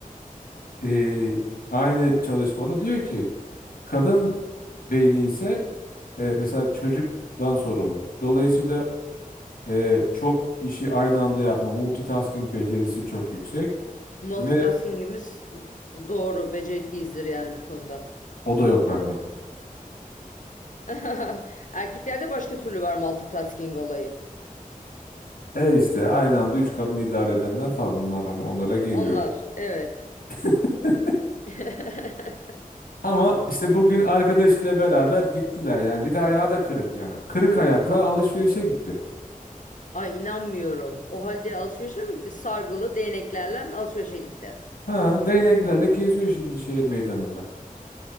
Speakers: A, on the left (about 80°); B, on the left (about 60°).
A: Ee, aynı çalışmada diyor ki kadın beyni ise e, mesela çocuktan sorumlu. Dolayısıyla e, çok işi aynı anda yapma, multitasking becerisi çok yüksek
B: Multitasking'imiz
A: ve
B: doğru becerikliyizdir yani bu konuda.
A: o da yok bende.
B: <laughs> Erkeklerde başka türlü var multitasking olayı.
A: E işte aynı anda üç kadını idare edenler falan bunlar hani onlara girmiyorum.
B: Onlar evet.
A: <laughs>
B: <laughs>
A: Ama işte bugün arkadaşıyla beraber gittiler yani. Bir de ayağı da kırık yani. Kırık ayakla alışverişe gitti.
B: Ay inanmıyorum. O halde alışverişe mi gitti? Sargılı değneklerle alışverişe gitti.
A: Ha, değneklerle geziyor şimdi şehir meydanında.